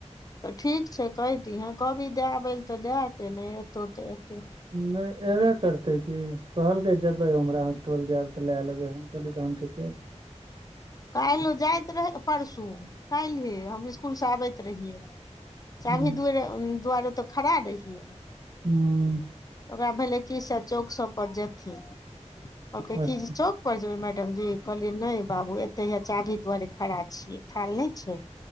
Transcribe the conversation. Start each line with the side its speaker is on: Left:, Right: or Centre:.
Left: तऽ ठीक छै कहि दीहै कहबी दएबै ल तऽ दए ऐतै नै एतौ तऽ एतै
Right: नै एबे करतै की कहलकै जेबै उमरे आहाँ टोल जायब तऽ लए लेबै हम कहलीयै तहन ठीके छै
Left: काल्हि ओ जाइत रहै परसू काल्हे हम इसकुल से आबैत रहिये चाभी
Right: हूँ
Left: दुअरे दुआरे तऽ खड़ा रहियै
Right: हूं
Left: ओकरा भेलै की सेह चौक सब पर जेथिन कहलकै
Right: अच्छा
Left: की चौक उपर जेबै मैडम जी कहलियै नै बाबू एतहि हैया चाभी दुआरे खड़ा छियै थाल नै छै